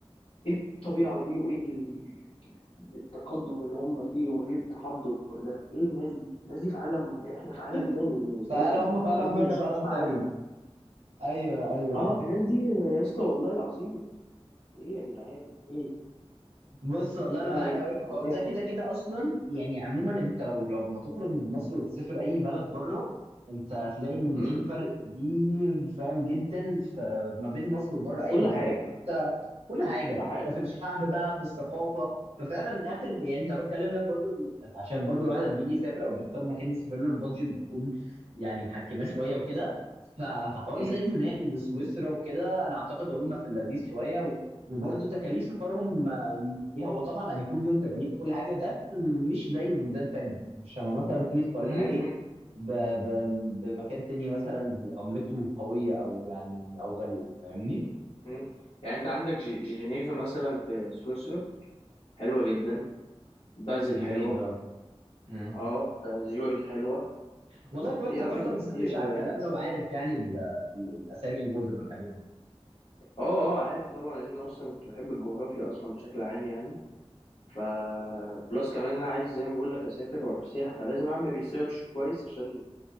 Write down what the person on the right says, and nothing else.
<laughs>
فعلا
هم فعلا
مهنه
فعلا
تانية ايوه ايوه
بص والله
انا معاك
قوي في الحوار
ده كده كده اصلا يعني عموما انت لو لو ما تخرج من مصر وتسافر اي بلد بره انت هتلاقي ان
في فرق كبير فاهم جدا ف- ما بين مصر وبره ايا
ما
يكن انت كل حاجه
في الشعب بقى في الثقافه ففعلا اخر يعني انت بتكلم لك برضو عشان برضو الواحد لما بيجي يسافر او بيختار مكان يسافر له البادجت بتكون يعني محكمه شويه وكده ف- فحوار
زي اليونان وسويسرا وكده انا اعتقد هم في اللذيذ شويه و- وبرضو تكاليف سفرهم إيه هو طبعا هيكون ليهم تكاليف وكل حاجه بس مش زي بلدان تانية مش لما مثلا تيجي تقارنها
ايه ب... ب... بمكان تاني مثلا زي- عملته قويه او يعني او غاليه فاهمني
جنيفا
مم.
والله كويس
انك
اصلا بتسرش
على الكلام
ده وعارف يعني ال... ال- الاسامي المدن والحاجات دي